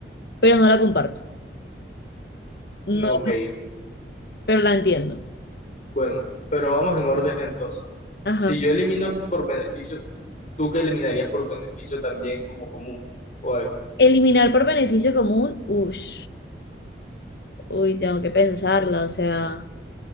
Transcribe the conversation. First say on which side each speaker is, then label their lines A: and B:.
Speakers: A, on the left; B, on the left.
A: pero no la comparto. No,
B: Ok,
A: pero la entiendo.
B: bueno, pero vamos en orden entonces.
A: Ajá.
B: Si yo elimino eso por beneficio, ¿tú qué eliminarías por beneficio también como común o algo?
A: Eliminar por beneficio común, ush, uy, tengo que pensarla, o sea.